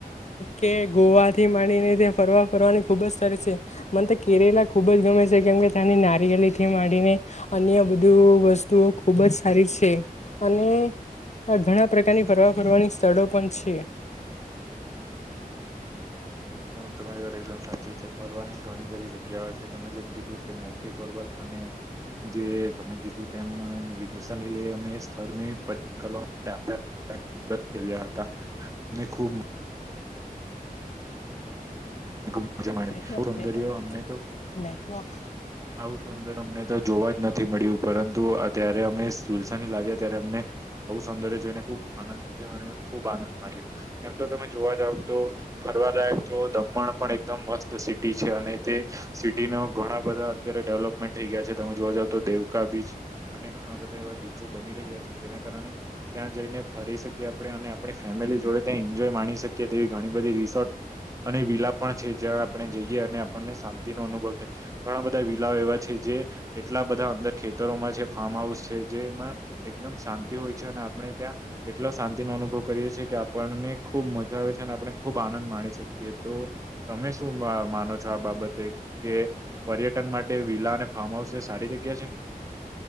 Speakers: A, on the left (about 50°); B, on the right (about 20°).
A: કે ગોવાથી માંડીને તે ફરવા ફરવાની ખુબ જ સરસ છે, મને તો કેરેલા ખુબ જ ગમે છે. કેમ કે ત્યાની. થી માંડીને અન્ય બધી વસ્તુઓ ખુબ જ સારી છે, અને આ ઘણા પ્રકારની
B: હમ
A: ફરવા-ફરવાની સ્થળો પણ છે.
B: તમારી વાત એકદમ સાચી છે. ફરવાની ઘણી બધી જગ્યાઓ છે, તમે જેમ કીધું કે મોટી ગરવલ અને જે તમે કીધું. તેમ વિદુષ લઈ અમે. સ્થળની પયટન કરવા માટે આવ્યા હતા, અને ખુબ ખૂબ મજા માણી
A: નેટવર્ક
B: સૌંદર
A: નેટવર્ક
B: અમને તો
A: નેટવર્ક
B: આવું સુંદર. જોવા જ નથી મળ્યું, પરંતુ અત્યારે અમે લસા લાગ્યા ત્યારે અમને બ સૌદર્ય જોઈને ખુબ આનંદ થયો અને ખુબ આનંદ માણ્યો. એમ તો તમે જોવા જાવ, તો ફરવાલાયક તો દમણ પણ એકદમ મસ્ત સિટી છે, અને તે સિટીના ઘણા બધા અત્યારે ડેવલપમેન્ટ થઈ ગયા છે. તમે જોવા જાવ તો દેવકા બીચ અને ઘણા બધા એવા બીચો બની રહ્યા છે જેના કારણે ત્યાં જઈને ફરી શકીએ આપણે અને આપણી ફેમિલી જોડે ત્યાં એન્જોય માણી શકીએ. તેવી ઘણી બધી રિશોટ અને વિલા પણ છે, જ્યાં આપણે જઈએ અને આપણને શાંતિનો અનુભવ થાય. ઘણા બધા વિલાઓ એવા છે, જે એટલા બધા અંદર ખેતરોમાં છે, ફાર્મ હાઉસ છે, જેમાં એકદમ શાંતિ હોય છે, અને આપણે ત્યાં એટલો શાંતિનો અનુભવ કરીએ છીએ કે આપણને ખુબ મજા આવે છે. આપણે ખુબ આનંદ માણી શકીએ તો. તમે શું માનો છો આ બાબતે કે પર્યટ માટે વિલા અને ફાર્મ હાઉસ એ સારી જગ્યા છે.